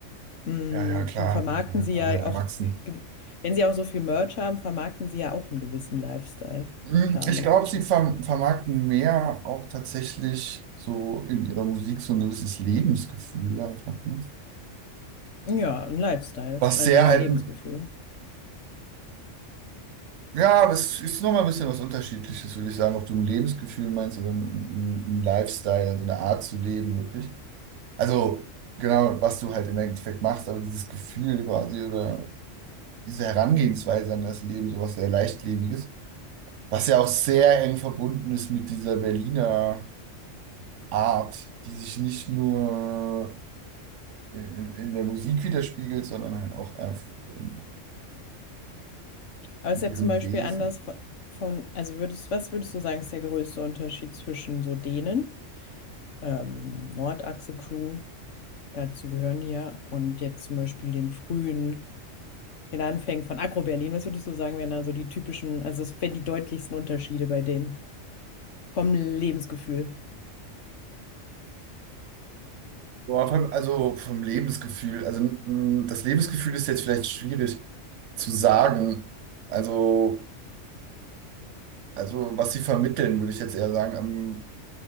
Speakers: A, on the left; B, on the right.
A: Mhm.
B: Ja, ja, klar,
A: Dann Vermarkten
B: man- man-
A: sie
B: alle
A: ja
B: erwachsen.
A: auch, äh, gew- wenn sie auch so viel Merch haben, vermarkten sie ja auch einen gewissen Lifestyle
B: Hm,
A: damit.
B: Ich glaube, sie ver vermarkten mehr auch tatsächlich so in ihrer Musik so ein gewisses Lebensgefühl einfach. Ne?
A: Ja, ein Lifestyle.
B: Was
A: Also
B: sehr
A: ja,
B: halt,
A: Lebensgefühl.
B: ja, aber es ist nochmal ein bisschen was Unterschiedliches, würde ich sagen, ob du ein Lebensgefühl meinst oder ein, ein ein Lifestyle, also eine Art zu leben, wirklich. Also genau, was du halt im Endeffekt machst, aber dieses Gefühl quasi oder diese Herangehensweise an das Leben, sowas sehr Leichtlebiges, was ja auch sehr eng verbunden ist mit dieser Berliner. Art, die sich nicht nur in, in der Musik widerspiegelt, sondern halt auch einfach in,
A: Aber es
B: in
A: ist ja
B: ihrem
A: zum Beispiel
B: Wesen.
A: anders von, von, also würdest, was würdest du sagen, ist der größte Unterschied zwischen so denen, ähm, Nordachse-Crew, dazu gehören die ja, und jetzt zum Beispiel den frühen, den Anfängen von Agro-Berlin, was würdest du sagen, wären da so die typischen, also es wären die deutlichsten Unterschiede bei denen vom Lebensgefühl?
B: Boah, vom, also vom Lebensgefühl. Also mh, das Lebensgefühl ist jetzt vielleicht schwierig zu sagen. Also, also was sie vermitteln, würde ich jetzt eher sagen, ähm,